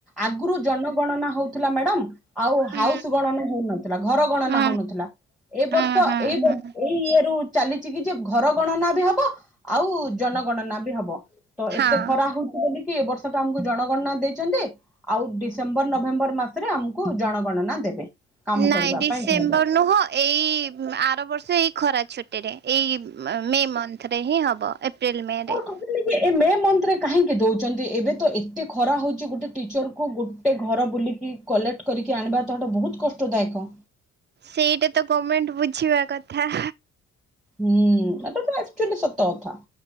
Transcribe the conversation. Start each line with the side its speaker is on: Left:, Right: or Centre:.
Centre: ଆଗୁରୁ ଜନଗଣନା ହଉଥିଲା ମ୍ୟାଡମ୍। ଆଉ
Right: ହୁଁ
Centre: ହାଉସ୍ ଗଣନା ହଉନଥିଲା, ଘର ଗଣନା
Right: ହୁଁ
Centre: ହଉନଥିଲା। ଏଇ ବର୍ଷ
Right: ହୁଁ ହୁଁ
Centre: ଏଇ
Right: ହୁଁ
Centre: ଇଏରୁ ଚାଲିଛି କି ଯେ ଘର ଗଣନା ବି ହବ? ଆଉ ଜନଗଣନା ବି ହବ। ତ
Right: ହଁ।
Centre: ଏତେ ଖରା ହଉଛି ବୋଲି କି ଏ ବର୍ଷ ତ ଆମକୁ ଜଣଗଣନା ଦେଇଛନ୍ତି, ଆଉ ଡିସେମ୍ବର ନଭେମ୍ବର ମାସରେ ଆମକୁ କୁ ଜଣଗଣନା ଦେବେ। କାମ
Right: ନାଇଁ
Centre: କରିବା
Right: ଡିସେମ୍ବର
Centre: ପାଇଁ କହିଲେ।
Right: ନୁହଁ ଏଇ ଆର ବର୍ଷ ଏଇ ଖରା ଛୁଟିରେ। ଏଇ ମେ୍ ମନ୍ଥରେ ହିଁ ହେବ। ଏପ୍ରିଲ୍ ମେରେ।
Centre: ମୋର ଏ ମେ ମନ୍ଥରେ କାହିଁକି ଦଉଛନ୍ତି? ଏବେ ତ ଏତେ ଖରା ହଉଛି ଗୋଟେ ଟିଚରକୁ ଗୋ ଗୋଟେ ଘର ବୁଲିକି, କଲେକ୍ଟ କରିକି ଆଣିବା ତ ହେଟା ବହୁତ କଷ୍ଟଦାୟକ।
Right: ସେଇଟା ତ ଗମେଣ୍ଟ ବୁଝିବା କଥା।
Centre: ହୁଁ ଏଟା ତ ଆକ୍ଚୁଆଲି ସତ କଥା।